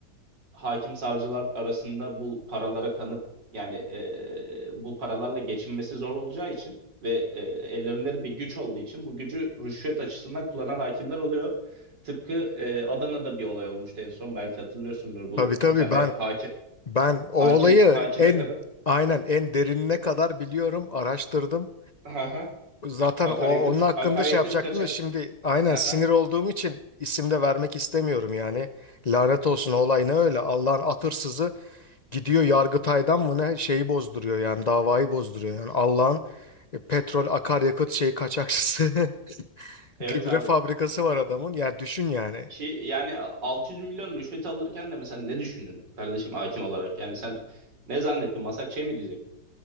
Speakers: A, on the right (about 90°); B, on the left (about 70°).
A: hakim savcılar arasında bu paralara kanıp yani ee, bu paralarla geçinmesi zor olacağı için ve ee, ellerinde bir güç olduğu için bu gücü rüşvet açısından kullanan hakimler oluyor. Tıpkı ee, Adana'da bir olay olmuştu en son belki hatırlıyorsundur bu
B: Tabii tabii
A: bir tane
B: ben
A: hakim
B: ben o
A: hakim
B: olayı
A: hakime
B: en
A: kadın
B: aynen en derinine kadar biliyorum, araştırdım.
A: ha ha
B: Zaten
A: akaryakıt
B: o onun hakkında
A: akaryakıt
B: şey yapacaktım
A: kaçak
B: da şimdi aynen
A: ha
B: sinir
A: ha
B: olduğum için isim de vermek istemiyorum yani. Lanet olsun o olay ne öyle Allah'ın atırsızı gidiyor Yargıtay'dan mı ne şeyi bozduruyor yani davayı bozduruyor yani Allah'ın e, petrol akaryakıt şeyi kaçakçısı <laughs>
A: evet
B: gübre
A: abi
B: fabrikası var adamın yani düşün yani.
A: Ki yani 600 milyon rüşvet alırken de mesela ne düşündün kardeşim hakim olarak? Yani sen ne zannettin? Masak şey mi diyecek?